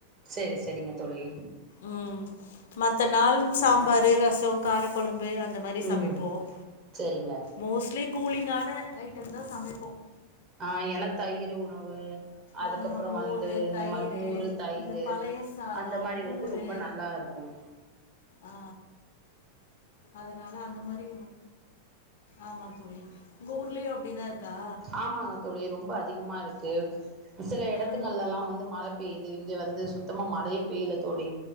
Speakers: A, on the right (about 30°); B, on the left (about 60°).
A: சேரி சேரிங்க தோழி
B: உம் மத்த நாளும் சாம்பாரு ரசம் காரக்குழம் பு அந்த மாரி
A: ம்
B: சமைப்போம்
A: சேரிங்க
B: மோஸ்ட்லி கூலிங்கான ஐட்டம் தான் சமைப்போம்
A: ஆஹ என தயிர் உணவு அதுக்கப்புறம்
B: ஆ மோரு
A: வந்து இந்த
B: தயிரு
A: மாரி மோரு தயிர்
B: இந்த பழைய சாதோ
A: அந்த மாரி
B: கூழு
A: வந்து ரொம்ப நல்லா இருக்கும்
B: ஆ அதனால அந்த மாரி ஆமா தோழி ஊர்லயும் அப்டிதான் இருக்கா
A: ஆமாங்க தோழி ரொம்ப <unintelligible> சில இடத்துங்கள்
B: ஆ
A: எல்லா வந்து மழை பெய்யுது இங்க வந்து சுத்தமா மழையே பெய்யல தோழி